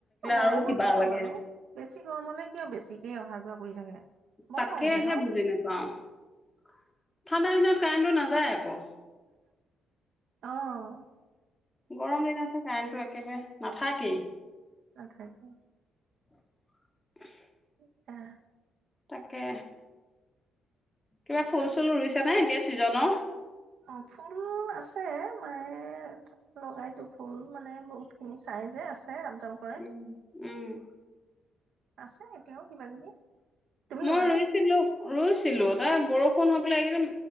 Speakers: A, on the right; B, on the left.
A: গৰমত
B: আৰু কিবা
A: কিয়
B: লাগে।
A: বাৰু বেছি গৰম হলে কিয় বেছিকেই অহা যোৱা কৰি থাকে। বৰ
B: তাকেহে
A: খং উঠে ন
B: বুজি নাপাওঁ। ঠাণ্ডাৰ দিনত কাৰেণ্টটো নাযায় আকৌ।
A: অহ।
B: গৰম দিনতহে কাৰেণ্টো এ। একেবাৰে নাথাকেই।
A: নাথাকে।
B: <inaudible>
A: এটা।
B: তাকে। কিবা
A: তাৰ
B: ফুল চুল ৰুইছা নে? এতিয়া ছিজনৰ
A: অ ফুল আছে মায়ে লগাইতো ফুল মানে বহুত খিনি চাইজে আছে। আপডাল কৰে
B: উম উম।
A: আছে এতিয়াও কিবা কিবি। তুমি
B: মই
A: ৰোৱা
B: ৰুইছিলো-ৰুইছিলো।
A: নে
B: অ' বৰষুণ হৈ পেলাই এইকেইদিন!